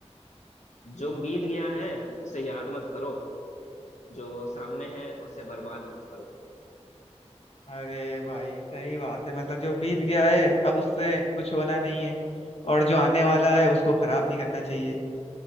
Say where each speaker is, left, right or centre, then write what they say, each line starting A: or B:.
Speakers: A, on the left; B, on the left.
A: जो बीत गया है उसे याद मत करो जो सामने है उसे बर्बाद मत करो
B: अरे भाई सही बात है मतलब जो बीत गया है अब उससे कुछ होना नहीं है और जो आने वाला है उसको खराब नहीं करना चाहिए